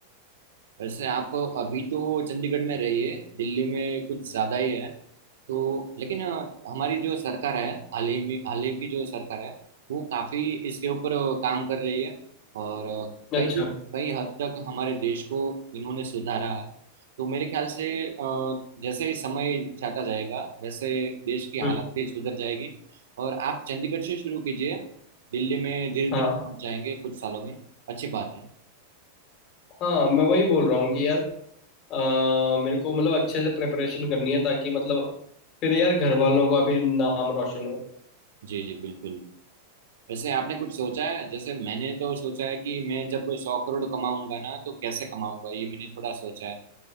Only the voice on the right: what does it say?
वैसे आप अभी तो चंडीगढ़ में रहिए दिल्ली में कुछ ज़्यादा ही है तो लेकिन अ, हमारी जो सरकार है हाल ही में हाल ही की जो सरकार है वो काफ़ी इसके ऊपर अ, काम कर रही है और अ,
कई कई हद तक हमारे देश को इन्होंने सुधारा है तो मेरे ख्याल से अ, जैसे ही समय जाता जाएगा वैसे देश की हालत
भी सुधर जाएगी और आप चंडीगढ़ से शुरू कीजिए दिल्ली में धीरे धीरे
पहुंच जाएंगे कुछ सालों में अच्छी बात है
जी जी बिल्कुल वैसे आपने कुछ सोचा है जैसे मैंने तो सोचा है कि मैं जब सौ करोड़ कमाऊंगा ना तो कैसे कमाऊंगा ये मैंने थोड़ा सोचा है